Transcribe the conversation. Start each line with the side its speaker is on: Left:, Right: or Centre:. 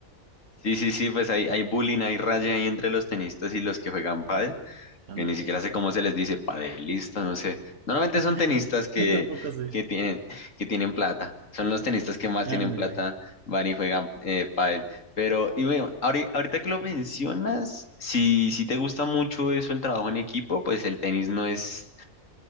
Left: Sí, sí, sí, pues hay, hay bullying, hay raya ahí entre los tenistas y los que juegan pádel.
Right: Ándale.
Left: que ni siquiera sé cómo se les dice, padelistas, no sé. Normalmente
Right: <laughs>
Left: son tenistas que,
Right: Yo tampoco sé.
Left: que tienen, que tienen plata. Son los tenistas que más
Right: Ándale.
Left: tienen plata, van y juegan eh, pádel. Pero y bueno, ahori- ahorita que lo mencionas, si, si te gusta mucho eso, el trabajo en equipo, pues el tenis no es